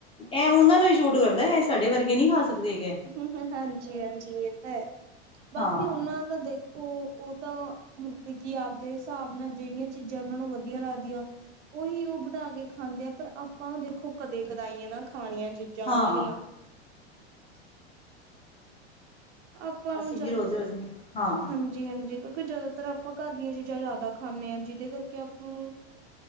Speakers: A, on the left; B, on the right.
A: ਏ ਓਨਾਂ ਨੂੰ ਈ ਛੂਟ ਕਰਦੇ, ਏ ਸਾਡੇ ਵਰਗੇ ਨੀ ਖਾ ਸਕਦੇ ਹੈਗੇ।
B: ਹਾਂਜੀ- ਹਾਂਜੀ ਏ ਤਾਂ ਐ, ਬਾਕੀ
A: ਹਾਂ
B: ਓਨਾਂ ਦਾ ਦੇਖ ਓ- ਓ ਤਾਂ ਮਤਲਬ ਕੀ ਆਪਦੇ ਹਿਸਾਬ ਨਾਲ ਜੇੜੀਆਂ ਚੀਜ਼ਾਂ ਉਹਨਾਂ ਨੂੰ ਵਧੀਆ ਲੱਗਦੀਆਂ ਉਹੀ ਓ ਬਣਾ ਕੇ ਖਾਂਦੇ ਆ, ਪਰ ਆਪਾਂ ਦੇਖੋ ਕਦੇ ਕਦਾਈ ਆ ਖਾਣੀਆਂ ਚੀਜ਼ਾਂ
A: ਹਾਂ
B: ਉਹ ਵਾਲੀਆਂ ਆਪਾਂ
A: ਅਸੀਂ
B: ਨੂੰ ਜਿਆਦਾਤਰ,
A: ਨੀ ਰੋਜ਼ ਰੋਜ਼ ਨੀ ਹਾਂ
B: ਹਾਂਜੀ। ਜੀ ਹਾਂਜੀ, ਕਿਉਂਕਿ ਜਿਆਦਾਤਰ ਆਪਾਂ ਘਰ ਦੀਆਂ ਚੀਜ਼ਾਂ ਜ਼ਾਦਾ ਖਾਂਨੇ ਆ ਜਿਦੇ ਕਰਕੇ ਆਪਾਂ ਨੂੰ